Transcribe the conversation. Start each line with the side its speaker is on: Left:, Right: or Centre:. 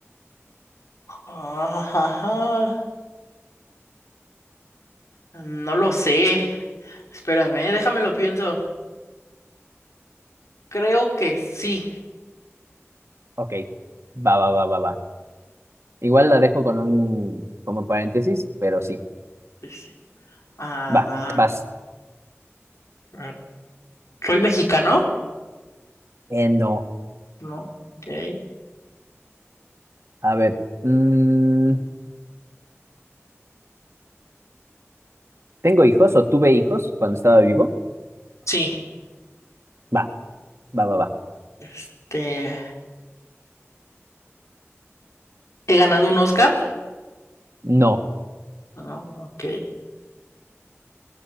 Left: Ah, Ajá. No lo sé. Espérame, déjamelo pienso. Creo que sí.
Right: Ok, va, va, va, va, va. Igual la dejo con un como paréntesis, pero sí.
Left: Sí, sí. Ah,
Right: Va, vas.
Left: ah, ¿soy mexicano?
Right: Eh, no.
Left: No, ok.
Right: A ver. mm, ¿tengo hijos o tuve hijos cuando estaba vivo?
Left: Sí.
Right: Va, va, va, va.
Left: Este, ¿he ganado un Oscar?
Right: No.
Left: No, ok.